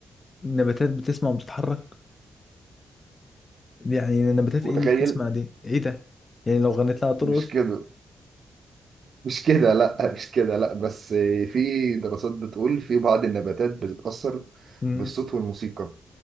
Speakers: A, on the left (about 35°); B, on the right (about 65°).
A: النباتات بتسمع وبتتحرك يعني النباتات
B: متخيل
A: ايه اللي بتسمع دي ايه ده يعني لو غنيت لها ترقص
B: مش كده مش كده لا مش كده لا بس في دراسات بتقول في بعض النباتات بتتأثر
A: امم
B: بالصوت والموسيقى